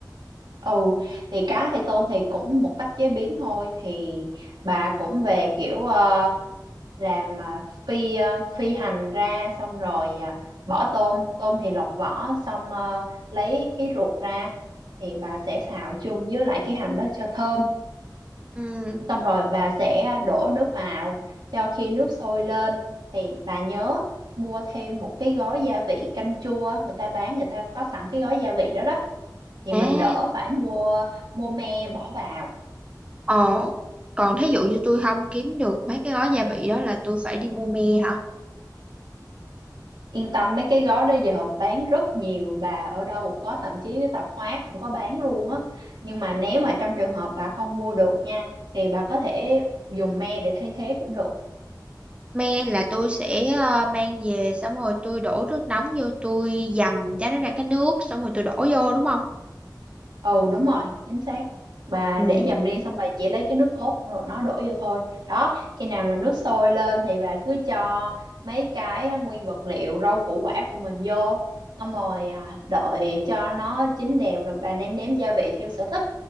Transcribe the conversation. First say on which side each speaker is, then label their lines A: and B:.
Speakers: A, on the right; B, on the right.
A: ừ thì cá hay tôm thì cũng một cách chế biến thôi thì bà cũng về kiểu ờ, làm ờ, phi ờ, phi hành ra xong rồi ờ, bỏ tôm tôm thì lột vỏ xong ờ, lấy cái ruột ra thì bà sẽ xào chung với lại cái hành đó cho thơm
B: Ừ.
A: xong rồi bà sẽ đổ nước vào cho khi nước sôi lên thì bà nhớ mua thêm một cái gói gia vị canh chua người ta bán người ta có sẵn cái gói gia vị đó đó thì
B: À,
A: mình đỡ phải mua mua me bỏ vào
B: Ồ. còn thí dụ như tôi không kiếm được mấy cái gói gia vị đó là tôi phải đi mua me hả?
A: yên tâm mấy cái gói đó giờ bán rất nhiều bà ở đâu cũng có thậm chí cái tạp hóa cũng có bán luôn á nhưng mà nếu mà trong trường hợp bà không mua được nha thì bà có thể dùng me để thay thế cũng được
B: Me là tôi sẽ ờ, mang về xong rồi tôi đổ nước nóng vô tôi dầm cho nó ra cái nước xong rồi tôi đổ vô đúng không?
A: ừ đúng rồi chính xác bà
B: Ừ.
A: để dầm riêng xong bà chỉ lấy cái nước cốt rồi nó đổ vô thôi đó khi nào mà nước sôi lên thì bà cứ cho mấy cái à, nguyên vật liệu rau củ quả của mình vô xong rồi à, đợi cho nó chín đều rồi bà nêm nếm gia vị theo sở thích